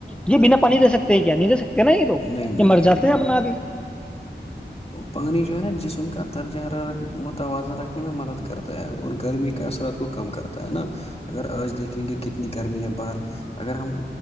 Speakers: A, in the centre; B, on the left.
A: یہ بنا پانی دے سکتے ہے کیا نہیں دے سکتے ن یہ تو
B: نہیں نہیں
A: یہ مر
B: نہیں
A: جاتے
B: نہیں
A: ہیں اپنا آدھی
B: پانی جو ہے نا جسم درجہ حرارت مت توازن رکھنے میں مدد کرتا ہے اور گرمی کے اثرات کو کم کرتا ہے نا اگر آج دیکھیں گے کتنی گرمی ہے باہر اگر ہم